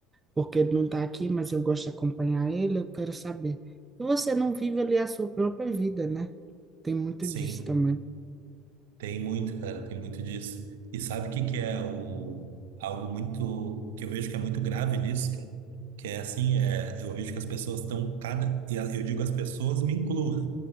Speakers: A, on the right (about 20°); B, on the right (about 65°).
A: Porque ele não está aqui, mas eu gosto de acompanhar ele, eu quero saber. E você não vive ali a sua própria vida, né? Tem muito
B: Sim.
A: disso também.
B: Tem muito, cara, tem muito disso. E sabe o que que é o, algo muito, que eu vejo que é muito grave nisso, cara? Que é assim, é, eu vejo que as pessoas estão cada, e a- eu digo as pessoas, me incluo, né?